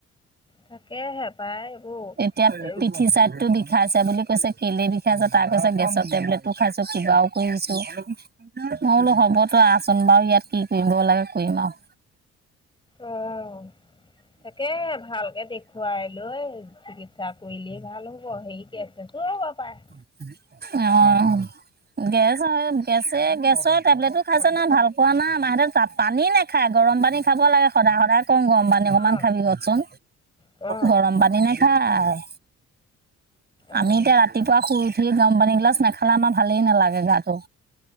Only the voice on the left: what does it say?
থাকেহে পাই। এইবোৰ
অ'। তাকে ভালকৈ দেখুৱাই লৈ চিকিৎসা কৰিলেই ভাল হ'ব। হেৰি কি আছে চোৰ হ'ব পাৰ।
অঁ
অ'।
অ'।